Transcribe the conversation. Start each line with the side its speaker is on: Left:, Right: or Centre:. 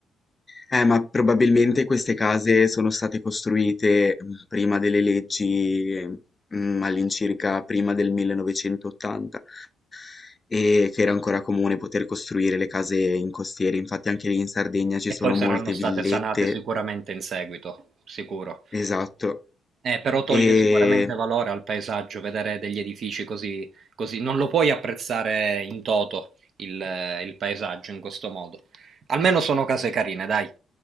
Left: Eh, ma probabilmente queste case sono state costruite mm, prima delle leggi, mm, all'incirca prima del 1980, e che era ancora comune poter costruire le case in costiere. Infatti anche lì in Sardegna ci
Right: E
Left: sono
Right: poi
Left: molte
Right: saranno state
Left: villette,
Right: sanate sicuramente in seguito, sicuro.
Left: esatto.
Right: Eh, però toglie
Left: E
Right: sicuramente valore al paesaggio vedere degli edifici così, così. Non lo puoi apprezzare in toto il, il paesaggio in questo modo. Almeno sono case carine, dai.